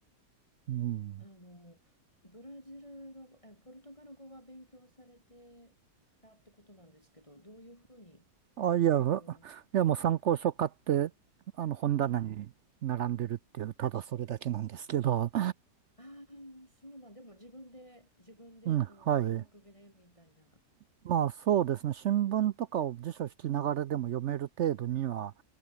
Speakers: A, on the right (about 65°); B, on the left (about 20°).
A: うん。
B: あの、ブラジルの、え、ポルトガル語は勉強されてたってことなんですけど、どういうふうに
A: あ、いや、
B: 勉強、
A: いやもう参考書買って、あの本棚に並んでるっていう、
B: ええ、
A: ただそれだけなんですけど。
B: ああ、そうなん、でも自分で、自分でこう、
A: うん、はい。
B: 独学でみたいな、
A: まあそうですね。新聞とかを辞書引きながらでも読める程度には、